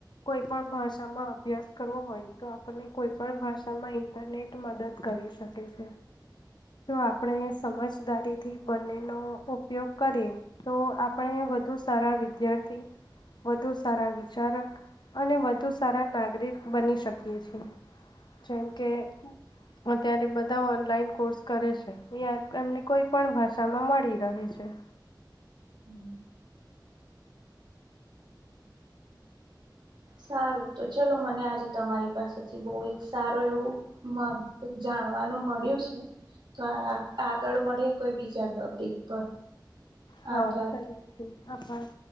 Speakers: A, on the left (about 70°); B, on the right (about 80°).
A: કોઈ પણ ભાષામાં અભ્યાસ કરવો હોય તો આપણને કોઈ પણ ભાષામાં ઇન્ટરનેટ મદદ કરી શકે છે, તો આપણે સમજદારીથી બનેનો ઉપયોગ કરીએ તો આપણે વધુ સારા વિદ્યાર્થી વધુ સારા વિચારક અને વધુ સારા નાગરિક બની શકીએ છીએ. જેમ કે અત્યારે બધા ઓનલાઈન કોર્સ કરે છે એમને કોઈ પણ ભાષામાં મળી રહેે છે.
B: <unintelligible> સારું તો ચલો મને આજે તમારી પાસેથી બહુ એક સારું એવું મ જાણવાનું મળ્યું છે, તો આ આગળ મળે કોઈ બીજા ટોપિક પર
A: હા
B: આભાર.
A: સ છે આભાર.